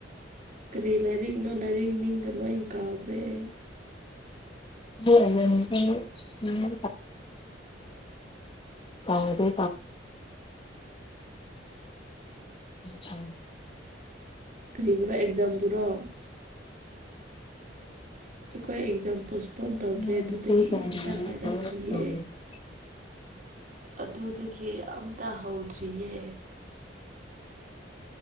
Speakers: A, on the right; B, on the left.
A: ꯀꯔꯤ ꯂꯥꯏꯔꯤꯛꯅꯣ ꯂꯥꯏꯔꯤꯛ ꯃꯤꯡꯒ ꯂꯣꯏꯟ ꯀꯥꯎꯈ꯭ꯔꯦ ꯑꯩ
B: <unintelligible> ꯇꯥꯎꯔꯅꯤ <unintelligible>
A: ꯀꯔꯤꯕꯨꯔ ꯑꯦꯛꯖꯥꯝ ꯕꯨꯔꯣ ꯑꯩꯈꯣꯏ ꯑꯦꯛꯖꯥꯝ ꯄꯣꯁꯄꯣꯟ ꯇꯧꯈ꯭ꯔꯦ
B: ꯉꯁꯤ
A: ꯑꯗꯨꯗꯒꯤ
B: ꯇꯧꯒꯅꯤ
A: ꯑꯝꯇ ꯍꯥꯏꯔꯛꯇ꯭ꯔꯤꯌꯦ
B: ꯊꯕꯛ ꯇꯧꯒꯅꯤ
A: ꯑꯗꯨꯗꯒꯤ ꯑꯝꯇ ꯍꯧꯗ꯭ꯔꯤꯌꯦ